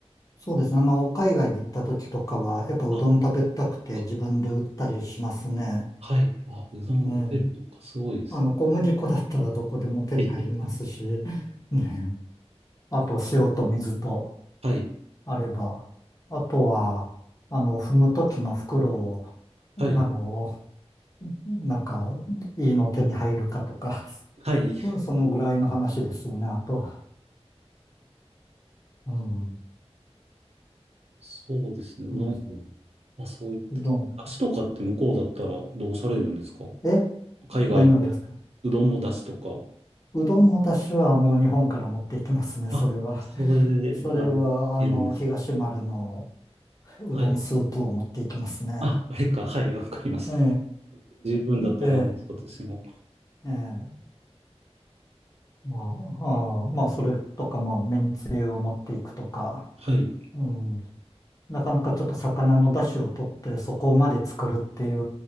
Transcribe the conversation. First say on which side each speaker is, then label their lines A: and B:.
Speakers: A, on the left; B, on the right.
A: そうですね。あの、海外に行った時とかは、やっぱうどん食べたくて自分で売ったりしますね。
B: あ、かはい。あ、うどん打てるのか、
A: ええ。
B: すごいです。
A: あの、小麦粉だったらどこでも手に入りますし、
B: <laughs> え
A: <laughs> ね。あと、塩と水と
B: はい。
A: あれば。あとは、あの、踏む時の袋を、
B: はい。
A: あの、なんか、いいの手に入るかとか、<laughs>
B: はい。
A: そ、そのぐらいの話ですよね、あと。うん。
B: そうですね。うどん、
A: ですね。
B: まあ、そういったとこ。
A: うどん。
B: 出汁とかって向こうだったらどうされるんですか
A: え
B: 海外で。
A: 何をですか
B: うどんの出汁とか。
A: うどんの出汁はもう日本から持っていきますね、
B: あ、
A: それは。
B: それで、
A: それは、
B: あの、いけるんです。
A: あの、東丸のうどんスープを持っていきますね。
B: はい。あ、あれか。はい、わかります。
A: え
B: 十分だと思います、
A: え、<laughs> え
B: 私も。
A: え、ええ。まあ、ああまあ、それとか、まあ、めんつゆを持っていくとか。
B: はい。
A: うん。なかなかちょっと魚の出汁を取ってそこまで作るっていう